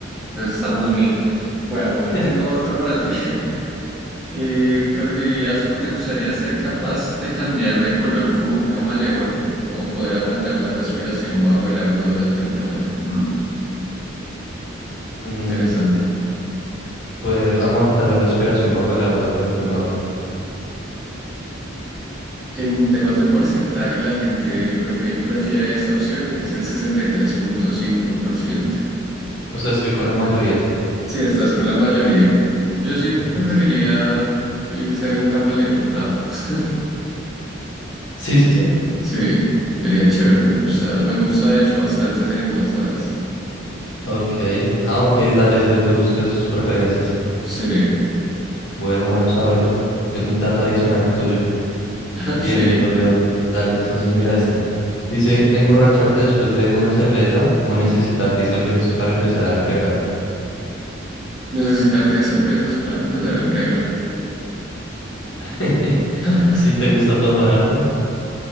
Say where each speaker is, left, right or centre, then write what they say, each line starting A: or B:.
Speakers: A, in the centre; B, on the left.
A: pues estamos bien. Bueno, yo
B: <laughs>
A: tengo otro para ti. <laughs> Eh, ¿preferirías o te gustaría ser capaz de cambiar de color como un camaleón o poder aguantar la respiración bajo el agua durante una hora? Mm,
B: Mm,
A: interesante.
B: poder aguantar la respiración bajo el agua durante una hora.
A: En temas de porcentaje, la gente prefi- prefiere esta opción, es el sesenta y tres punto cinco por ciento.
B: O sea, estoy con la mayoría.
A: Sí, estás con la mayoría. Yo sí
B: Listo.
A: preferiría el ser un camaleón. Ah, <laughs>
B: Sí, sí, sí.
A: sí, sería chévere, me gusta. Me gusta, de hecho, bastante ese animal, ¿sabes?
B: Ok. Ah, ok, dale es de tus, de tus preferencias.
A: Sí,
B: Bueno, bueno saberlo. De- un dato adicional tuyo.
A: <laughs>
B: Bien,
A: sí.
B: viejo Leo. Dale, entonces mira esta. Dice, emborracharte después de una cerveza o necesitar 10 cervezas para empezar a embriagarte.
A: Necesitar diez cervezas para empezar a embriagarme.
B: <laughs>
A: <laughs>
B: ¿Sí te gusta tomar harto?